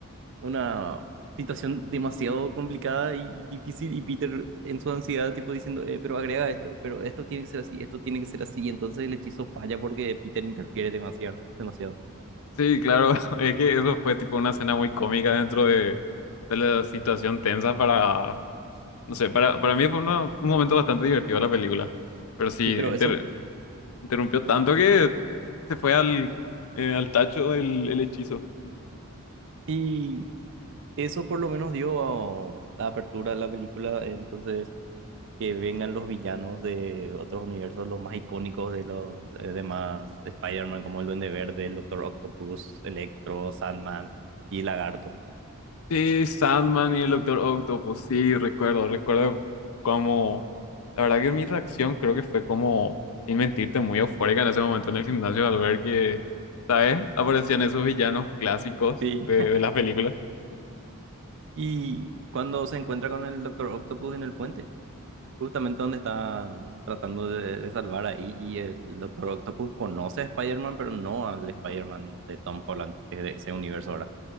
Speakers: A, on the right (about 60°); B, on the left (about 70°).
A: una situación demasiado complicada y difícil y Peter en su ansiedad tipo diciendo, "Eh, pero agrega esto, pero esto tiene que ser así, esto tiene que ser así. Y entonces el hechizo falla porque Peter interfiere demasiado, demasiado.
B: Sí, claro, <laughs> es que eso fue tipo una escena muy cómica dentro de, de la situación tensa para, no sé, para, para mí fue una- un momento bastante divertido la película, pero sí,
A: Sí, pero
B: inter-
A: eso
B: interrumpió tanto que se fue al, eh, al tacho el, el hechizo.
A: Y eso por lo menos dio a- la apertura de la película, entonces que vengan los villanos de otros universos, los más icónicos de los eh, demás Spider-Man, como el Duende Verde, el Doctor Octopus, Electro, Sandman y Lagarto.
B: Sí, Sandman y el Doctor Octopus, sí, recuerdo, recuerdo como, la verdad que mi reacción creo que fue como, sin mentirte, muy eufórica en ese momento en el gimnasio al ver que, ¿sabes? Aparecían esos villanos clásicos
A: Sí.
B: de,
A: <laughs>
B: de las películas.
A: Y cuando se encuentra con el Doctor Octopus en el puente, justamente donde está tratando de, de salvar ahí, y el Doctor Octopus conoce a Spider-Man, pero no al Spider-Man de Tom Holland, que es de ese universo ahora.